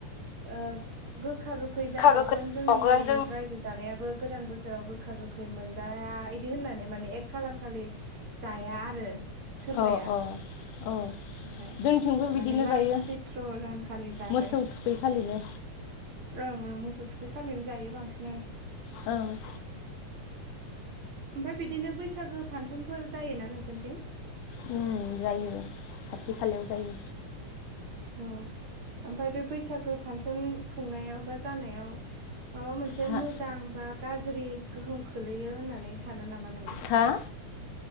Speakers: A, on the right; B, on the left.
A: ओ गोखा गोखै जाबावगोन
B: गोखा गोखै
A: जोंनि
B: संगोन जों
A: रायजो जानायाबो गोदान बोसोराव गोखा गोखै मोनजाया बिदि होननानै माने एक खालार खालि जाया आरो सोरबाया
B: औ औ औ
A: ओमफ्राय
B: जोंथिंबो बिदिनो
A: माने लास्ट
B: जायो
A: सैथ्र' रानखालि जाबाय।
B: मोसौ थुखै खालिनो
A: ओं ओं मोसौ थुखै खालिनो जायो बांसिनानो।
B: औ
A: ओमफ्राय बिदिनो बैसागो फानसनफोर जायोना नोंसोरथिं?
B: उम जायो खाथि खालायाव जायो।
A: औ ओमफ्राय बे बैसागो फांसन खुंनायाव जानायाव माबा मोनसे
B: हा
A: मोजां बा गाज्रि गोहोम खोलैयो होननानै सानो नामा नोङो?
B: थो